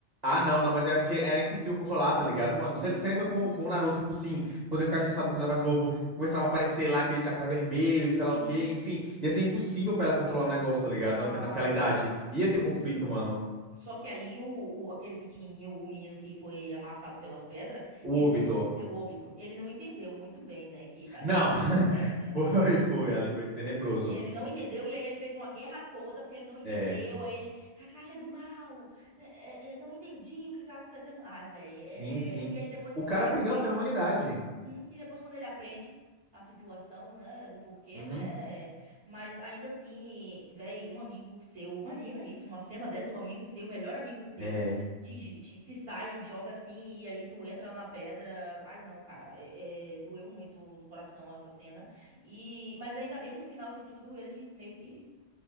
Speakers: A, on the right; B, on the right.
A: Ah, não, não, mas é porque era impossível controlar, tá ligado, mano?
B: Hum,
A: Você lembra como, como o Naruto, tipo assim, quando ele ficava estressado quando era mais novo, começava a aparecer lá aquele chakra vermelho, sei
B: sim.
A: lá o quê, enfim. Ia ser impossível pra ela controlar o negócio, tá ligado?
B: Ah.
A: Naque- Naquela idade. Ia ter conflito, mano.
B: Só que aí o, o- aquele pequenininho, o menino que foi amassado pelas pedras,
A: O
B: ele
A: Obito.
B: não, é o óbito, ele não entendeu muito bem, né, que tá-
A: Não,
B: isso estava
A: <laughs>
B: acontecendo.
A: foi, foi, ali foi tenebroso.
B: Eh, Ele não entendeu e aí ele fez uma guerra toda porque ele não entendeu.
A: É,
B: Aí ele, Kakashi é do mal, eh, eh, eh, não entendi o que que tá acontecendo. Ai, velho.
A: sim, sim.
B: e aí depois
A: O
B: quando
A: cara
B: ele aprende
A: perdeu a fé na humanidade.
B: Uhum. E depois, quando ele aprende a situação, né, do porquê,
A: Uhum.
B: né? Mas ainda assim, véi, um amigo seu, imagina isso, uma cena dessa, um amigo seu, melhor amigo seu,
A: É.
B: te, j- te- se sai e joga assim, e aí tu entra na pedra. Ai, não, cara, é- é, doeu muito no coração essa cena. E, mas ainda bem que no final de tudo ele meio que